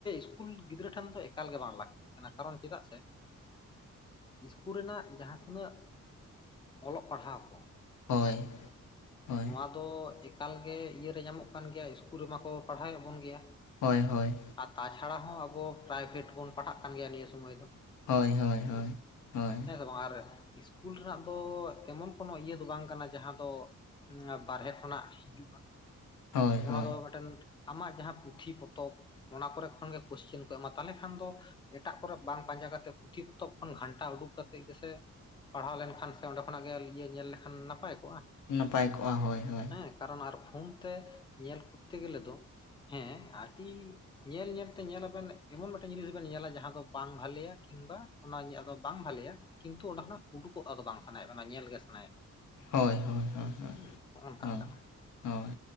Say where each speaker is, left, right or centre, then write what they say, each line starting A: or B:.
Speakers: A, on the left; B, on the left.
A: ᱥᱠᱩᱞ ᱜᱤᱫᱽᱨᱟᱹ ᱴᱷᱮᱱ ᱫᱚ ᱮᱠᱟᱞ ᱜᱮ ᱵᱟᱝ ᱞᱟᱹᱠᱛᱤᱜ ᱠᱟᱱᱟ ᱠᱟᱨᱚᱱ ᱪᱮᱫᱟᱜ ᱥᱮ ᱤᱥᱠᱩᱞ ᱨᱮᱱᱟᱜ ᱡᱟᱦᱟᱸ ᱛᱤᱱᱟᱹᱜ ᱚᱞᱚᱜ ᱯᱟᱲᱦᱟᱣ ᱠᱚ
B: ᱦᱳᱭ ᱦᱳᱭ
A: ᱱᱚᱶᱟ ᱫᱚ ᱮᱠᱟᱞ ᱜᱮ ᱤᱭᱟᱹᱨᱮ ᱧᱟᱢᱚᱜ ᱠᱟᱱ ᱜᱮᱭᱟ ᱤᱥᱠᱩᱞ ᱨᱮᱢᱟᱠᱚ ᱯᱟᱲᱦᱟᱣᱮᱫ ᱵᱚᱱ ᱜᱮᱭᱟ
B: ᱦᱳᱭ ᱦᱳᱭ
A: ᱟᱨ ᱛᱟᱪᱷᱟᱲᱟ ᱦᱚᱸ ᱟᱵᱚ ᱯᱨᱟᱭᱵᱷᱮᱴ ᱵᱚᱱ ᱯᱟᱲᱦᱟᱜ ᱠᱟᱱ ᱜᱮᱭᱟ ᱱᱤᱭᱟᱹ ᱥᱚᱢᱚᱭ ᱫᱚ
B: ᱦᱳᱭ ᱦᱳᱭ
A: ᱦᱮᱸ
B: ᱦᱳᱭ ᱦᱳᱭ
A: ᱦᱮᱸᱥᱮ ᱥᱠᱩᱞ ᱨᱮᱱᱟᱜ ᱫᱚ ᱛᱮᱢᱚᱱ ᱠᱳᱱᱳ ᱤᱭᱟᱹ ᱫᱚ ᱵᱟᱝ ᱠᱟᱱᱟ ᱡᱟᱦᱟᱸ ᱫᱚ ᱵᱟᱨᱦᱮ ᱠᱷᱚᱱᱟᱜ ᱦᱤᱡᱩᱜ-ᱟ
B: ᱦᱳᱭ ᱦᱳᱭ
A: ᱚᱱᱟ ᱫᱚ ᱢᱤᱫ ᱴᱮᱱ ᱟᱢᱟᱜ ᱡᱟᱦᱟᱸ ᱯᱩᱛᱷᱤ ᱯᱚᱛᱚᱵ ᱚᱱᱟ ᱠᱚᱨᱮ ᱠᱷᱚᱱᱜᱮ ᱠᱚᱥᱪᱮᱱ ᱠᱚ ᱮᱢᱟ ᱛᱟᱦᱚᱞᱮ ᱠᱷᱟᱱ ᱫᱚ ᱮᱴᱟᱜ ᱠᱚᱨᱮ ᱵᱟᱝ ᱯᱟᱸᱡᱟ ᱠᱟᱛᱮᱫ ᱯᱩᱛᱷᱤ ᱯᱚᱛᱚᱵ ᱠᱷᱚᱱ ᱜᱷᱟᱱᱴᱟ ᱩᱰᱩᱠ ᱠᱟᱛᱮᱫ ᱜᱮᱥᱮ ᱯᱟᱲᱦᱟᱣ ᱞᱮᱱᱠᱷᱟᱱ ᱥᱮ ᱚᱸᱰᱮ ᱠᱷᱚᱱᱟᱜ ᱜᱮ ᱤᱭᱟᱹ ᱧᱮᱞ ᱞᱮᱠᱷᱟᱱ ᱱᱟᱯᱟᱭ ᱠᱚᱜ-ᱟ
B: ᱱᱟᱯᱟᱭ ᱠᱚᱜ-ᱟ ᱦᱳᱭ ᱦᱳᱭ
A: ᱦᱮᱸ ᱠᱟᱨᱚᱱ ᱟᱨ ᱯᱷᱳᱱ ᱛᱮ ᱧᱮᱞ ᱠᱚᱨᱛᱮ ᱜᱮᱞᱮ ᱫᱚ ᱦᱮᱸ ᱟᱹᱰᱤ ᱧᱮᱞ ᱧᱮᱞᱛᱮ ᱧᱮᱞ ᱟᱵᱮᱱ ᱮᱢᱚᱱ ᱢᱤᱫᱴᱮᱱ ᱡᱤᱱᱤᱥ ᱵᱮᱱ ᱧᱮᱞᱟ ᱡᱟᱦᱟᱸ ᱫᱚ ᱵᱟᱝ ᱵᱷᱟᱞᱮᱭᱟ ᱠᱤᱝᱵᱟ ᱚᱱᱟ ᱫᱚ ᱵᱟᱝ ᱵᱷᱟᱞᱮᱭᱟ ᱠᱤᱱᱛᱩ ᱚᱸᱰᱮ ᱠᱷᱚᱱᱟᱜ ᱩᱰᱩᱠᱚᱜ ᱟᱫᱚ ᱵᱟᱝ ᱥᱟᱱᱟᱭᱮᱫ ᱵᱚᱱᱟ ᱧᱮᱞ ᱜᱮ ᱥᱟᱱᱟᱭᱮᱫ
B: ᱦᱳᱭ ᱦᱳᱭ ᱦᱳᱭ
A: ᱦᱩᱸ ᱚᱱᱠᱟᱜ
B: ᱦᱳᱭ
A: ᱠᱟᱱᱟ
B: ᱦᱳᱭ ᱦᱳᱭ